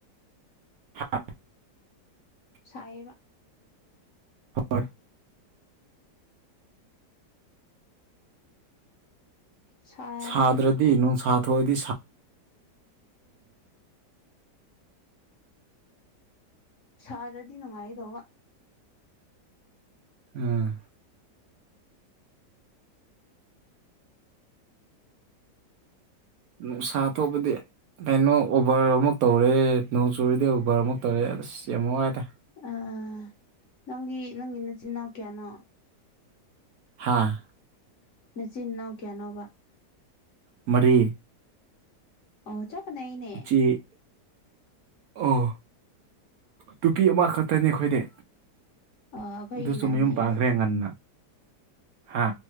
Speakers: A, on the right; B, on the left.
A: <inaudible>
B: ꯁꯥꯏꯑꯦꯕ
A: ꯍꯣꯏ
B: ꯁꯥꯔꯦ
A: ꯁꯥꯗ꯭ꯔꯗꯤ
B: ꯌꯥꯝꯅ
A: ꯅꯨꯡꯁꯥ ꯊꯣꯛꯑꯗꯤ
B: ꯁꯥꯔ꯭ꯔꯗꯤ ꯅꯨꯡꯉꯥꯏꯗꯧꯕ
A: ꯎꯝ ꯅꯨꯡꯁꯥ ꯊꯣꯛꯕꯗꯤ ꯀꯩꯅꯣ ꯎꯕꯔ ꯑꯃꯨꯛ ꯇꯧꯔꯦ ꯅꯣꯡ ꯆꯨꯔꯤꯗꯤ ꯎꯕꯔ ꯑꯃꯨꯛ ꯇꯧꯔꯦ ꯑꯁ ꯌꯥꯝ ꯋꯥꯏꯗ
B: ꯑꯑ ꯅꯪꯒꯤ ꯅꯪꯒꯤ ꯅꯆꯤꯟꯅꯥꯎ ꯀꯌꯥꯅꯣ
A: ꯍꯥꯥ
B: ꯃꯆꯤꯟ ꯅꯥꯎ ꯀꯩꯌꯥꯅꯣꯕ
A: ꯃꯔꯤ
B: ꯑꯣ ꯆꯞꯄꯅꯦ ꯑꯩꯅꯦ
A: ꯏꯆꯦ ꯑꯣ ꯅꯨꯄꯤ ꯑꯃꯈꯛꯇꯅꯤ ꯑꯩꯈꯣꯏꯗꯤ
B: ꯑꯥ ꯑꯩꯈꯣꯏꯒꯤꯅ
A: ꯑꯗꯨꯁꯨꯃꯌꯨꯝ
B: ꯑꯅꯤ
A: ꯄꯥꯈ꯭ꯔꯦ
B: ꯑꯅꯤ
A: ꯉꯟꯅ ꯍꯥ